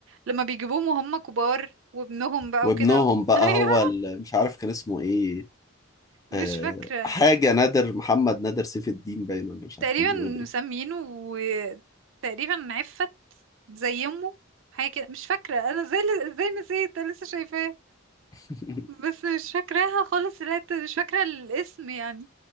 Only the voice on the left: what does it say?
وابنهم
بقى
هو ال... مش عارف كان اسمه ايه
أه...
حاجة نادر محمد نادر سيف الدين باين ولا مش عارف
كان بيقول ايه
<laughs>